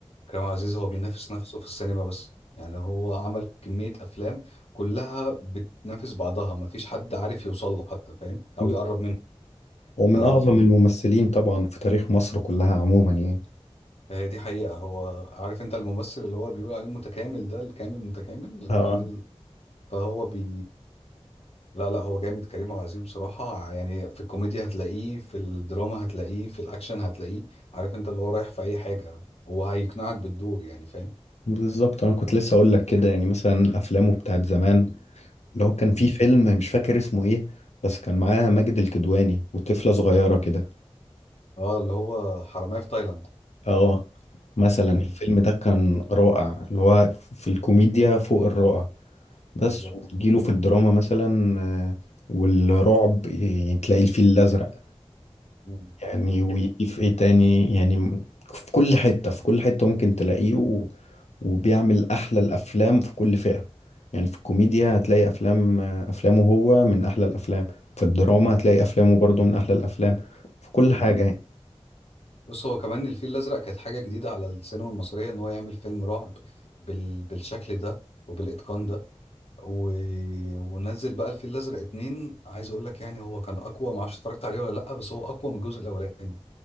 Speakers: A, on the left (about 65°); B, on the left (about 85°).
A: كريم عبد العزيز هو بينافس نفسه في السينما بس يعني هو عمل كمية أفلام كلها بتنافس بعضها مفيش حد عارف يوصل له حتى فاهم أو
B: مم.
A: يقرب منه
B: ومن
A: ف-
B: أعظم الممثلين طبعا في تاريخ مصر كلها عموما يعني
A: فهي دي حقيقة هو عارف أنت الممثل اللي هو بيقول عليه متكامل ده الكامل متكامل الكمال
B: اه
A: فهو بي لا لا هو جامد كريم عبد العزيز بصراحة يعني في الكوميديا هتلاقيه في الدراما هتلاقيه في الأكشن هتلاقيه عارف أنت اللي هو رايح في أي حاجة هو هيقنعك بالدور يعني فاهم
B: بالظبط أنا كنت لسه أقول لك كده يعني مثلا أفلامه بتاعت زمان اللي هو كان
A: مم.
B: في فيلم مش فاكر اسمه إيه بس كان معاه ماجد الكدواني وطفلة صغيرة كده
A: اه اللي هو حرامية في تايلاند
B: اه مثلا
A: مم.
B: الفيلم ده كان رائع اللي هو في الكوميديا فوق الرائع
A: بالظبط
B: بس وتجيله في الدراما مثلا آه، والرعب يعني تلاقي الفيل الأزرق
A: مم.
B: يعني ويجي
A: دي
B: في إيه تاني يعني في كل حتة في كل حتة ممكن تلاقيه وبيعمل أحلى الأفلام في كل فئة يعني في الكوميديا هتلاقي أفلام أفلامه هو من أحلى الأفلام في الدراما هتلاقي أفلامه برضه من أحلى الأفلام في كل
A: حقيقة.
B: حاجة يعني
A: بص هو كمان الفيل الأزرق كانت حاجة جديدة على السينما المصرية إن هو يعمل فيلم رعب بال... بالشكل ده وبالإتقان ده و... ونزل بقى الفيل الازرق اتنين عايز اقول لك يعني هو كان اقوى ما اعرفش اتفرجت عليه ولا لا بس هو اقوى من الجزء الاولاني